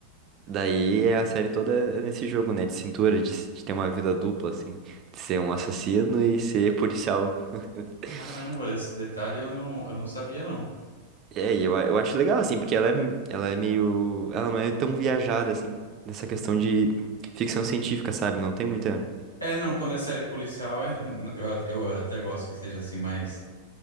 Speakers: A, on the right; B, on the left.
A: Daí é a série toda é nesse jogo, né, de cintura, de, s- de ter uma vida dupla, assim, de ser um assassino e ser policial. <laughs>
B: Caramba, esse detalhe eu não, eu não sabia, não.
A: É, e eu, a- eu acho legal, assim, porque ela é, m- ela é meio, ela não é tão viajada, assim, nessa questão de ficção científica, sabe? Não tem muita
B: É, não, quando é série policial, é... <laughs> eu, at- eu até gosto que seja assim mais